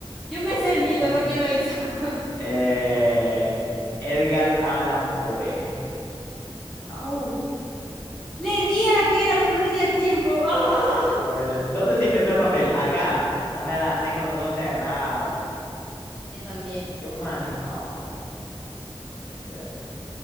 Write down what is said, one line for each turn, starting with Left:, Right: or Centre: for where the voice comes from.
Centre: yo me sé el
Left: Me
Centre: mito,
Left: encam-
Centre: ¿no? ¿Quién lo hizo? <laughs>
Left: Eh, Edgar Allan Poe. Ah,
Centre: Uh, le di a la que era, pero no le di a tiempo. ¡Ah!
Left: no puede ser. ¿Dónde se inventó el papel? Acá. Dame la C con los ojos cerrados.
Centre: Yo también,
Left: Qué un mani. Ah, no puede ser.